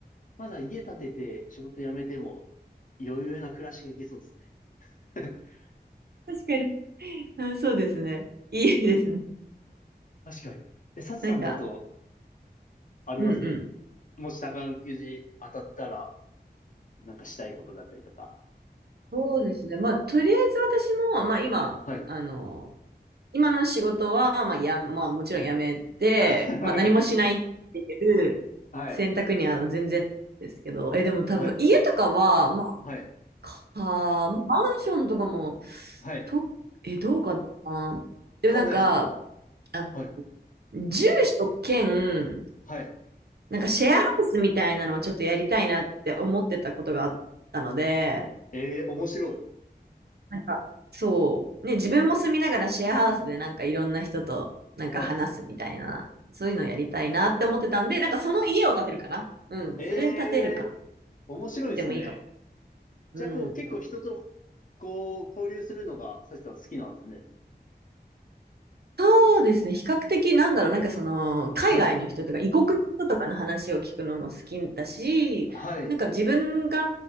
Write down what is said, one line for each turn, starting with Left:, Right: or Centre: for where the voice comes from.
Left: まだ家建てて仕事辞めても、余裕な暮らしがいけそうですね。<laughs>
Right: 確かに。あ、そうですね。いいですね。
Left: 確かに。え、サチさんだと、
Right: なんか、
Left: あります
Right: うんうん。
Left: もし宝くじ当たったら、なんかしたいことだったりとか。
Right: そうですね。まあ、とりあえず私も、まあ今、
Left: はい。
Right: あの、今の仕事は、まあや、まあもちろん辞めて、
Left: <laughs>
Right: まあ何もしないっていう選択には全然ですけど、
Left: はい。
Right: え、でも多分家とかは、
Left: はい。
Right: まあ、
Left: はい。
Right: か、マンションとかも、
Left: はい。
Right: と、え、どうかな。でもなんか、
Left: 買わないですか
Right: あ、
Left: はい。
Right: 住所兼、
Left: はい。
Right: なんかシェアハウスみたいなのをちょっとやりたいなって思ってたことがあったので、
Left: ええー、面白い。
Right: なんか、そう。ね、自分も住みながらシェアハウスでなんかいろんな人となんか話すみたいな、
Left: はい。
Right: そういうのやりたいなって思ってたんで、なんかその家を建てるかな。うん。
Left: ええー、
Right: それ建てるか。
Left: 面白いですね。
Right: 建ててもいいか。うん。
Left: じゃあ、こう、結構人と、こう、交流するのが、サチさん好きなんですね。
Right: そうですね。比較的なんだろう、なんかその、海外の人とか異国の人とかの話を聞くのも好きだし、
Left: はい。はい。
Right: なんか自分が、